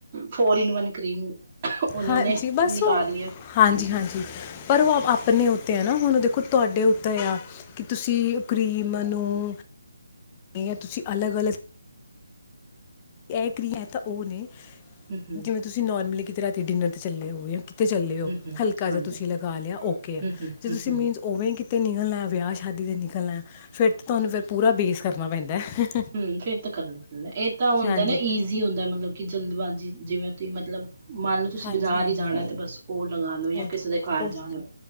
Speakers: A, on the right; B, on the left.
A: ਫੋਰ ਇਨ ਵਨ ਕਰੀਮ ਉਹਨਾਂ
B: ਹਾ
A: ਨੇ
B: ਜੀ ਬਸ
A: ਨਿਕਾਲ
B: ਓਹ,
A: ਲਿਆ
B: ਹਾਂਜੀ-ਹਾਂਜੀ।
A: ਹਾਂਜੀ
B: ਪਰ ਵੋ ਅਭ ਅਪਣੇ ਉੱਤੇ ਐ ਨਾ, ਹੁਣ ਦੇਖੋ ਤੁਆਡੇ ਉੱਤੇ ਆ। ਕਿ ਤੁਸੀਂ ਓ ਕਰੀਮ ਨੂੰ, ਯਾ ਤੁਸੀਂ ਅਲੱਗ-ਅਲੱਗ ਐ ਕ੍ਰੀ ਐ ਤਾਂ ਓ ਨੇ,
A: ਹੂੰ-ਹੂੰ
B: ਜਿਵੇਂ ਤੁਸੀਂ ਨੋਰਮਲੀ ਕਿਤੇ ਰਾਤੀ ਡਿਨਰ ਤੇ ਚੱਲੇ ਔ ਯਾ ਕਿ ਤੇ ਚੱਲੇ ਓ,
A: ਹੂੰ-ਹੂੰ,
B: ਹਲਕਾ
A: ਹਾਂਜੀ,
B: ਜਾ ਤੁਸੀਂ ਲਗਾ ਲੇਆ, ਓਕੇ ਆ।
A: ਹੂੰ-ਹੂੰ, ਹੂੰ-ਹੂੰ।
B: ਜੇ
A: ਹੂੰ,
B: ਤੁਸੀਂ ਮੀਨਸ
A: ਹੂੰ।
B: ਓਵੇਂ ਕਿਤੇ ਨਿਕਲਣਾ ਏ, ਵੇਆਹ ਸ਼ਾਦੀ ਤੇ ਨਿਕਲਣਾ ਏ, ਫੇਰ ਤੇ ਤੁਆਨੂੰ ਫੇਰ ਪੂਰਾ ਬੇਸ ਕਰਨਾ ਪੈਂਦਾ ਏ।
A: ਹੂੰ, ਫੇਰ ਤੇ ਕਰਨਾ ਪੈਂਦਾ ਏ। ਏਹ ਤਾਂ ਹੁੰਦਾ
B: ਹਾਂਜੀ
A: ਏ ਨਾ ਈਜ਼ੀ ਹੁੰਦਾ ਏ ਮਤਲਬ ਕਿ ਜਲਦਬਾਜ਼ੀ ਜਿਵੇਂ ਤੁਹੀਂ ਮਤਲਬ ਮਾਨ ਲੋ ਤੁਸੀਂ
B: ਹਾਂਜੀ
A: ਬਜਾਰ
B: ਹਾਂਜੀ
A: ਈ ਜਾਣਾ ਏ ਤੇ ਬਸ ਓਹ ਲਗਾ ਲੋੋ ਯਾ
B: ਉਦੋਂ
A: ਕਿਸੇ ਦੇ ਕਾਰ
B: ਉਹ
A: ਜਾਣਾ ਏ,